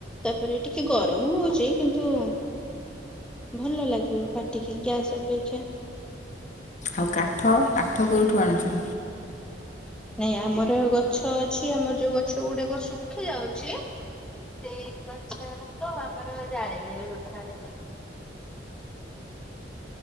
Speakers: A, in the centre; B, on the left.
A: ତାପରେ ଟିକେ ଗରମ ହଉଚି, କିନ୍ତୁ ଭଲ ଲାଗିବ। ପାଟିିକି ଗ୍ୟାସ୍ ଅପେକ୍ଷା।
B: ଆଉ କାଠ କାଠ କୋଉଠୁ ଆଣୁଛ।
A: ନାଇଁ ଆମର ଗଛ ଅଛି ଆମର ଯୋଉ ଗଛ ଗୁଡାକ ଶୁଖି ଯାଉଛି, ସେଇ ଗଛ ରେ ତ ଆମର ଜାଳେଣୀରେ ବ୍ୟବହାର କର